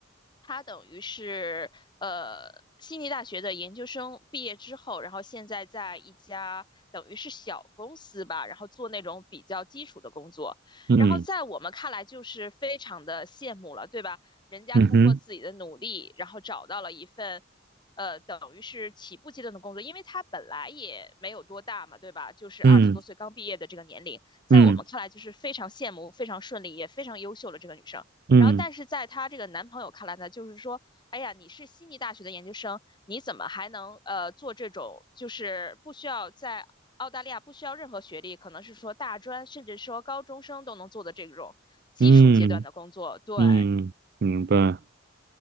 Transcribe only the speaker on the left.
她等于是呃悉尼大学的研究生毕业之后，然后现在在一家等于是小公司吧，然后做那种比较基础的工作，
然后在我们看来就是非常的羡慕了，对吧？人家通过自己的努力，
然后找到了一份，呃，等于是起步阶段的工作，因为她本来也没有多大嘛，对吧？就是二十多岁刚毕业的这个年龄，
在我们看来就是非常羡慕、
非常顺利、也非常优秀的这个女生。
然后，但是在她这个男朋友看来呢，就是说，哎呀，你是悉尼大学的研究生，你怎么还能呃做这种就是不需要在澳大利亚不需要任何学历，可能是说大专，甚至说高中生都能做的这种基础阶段的工作。
对，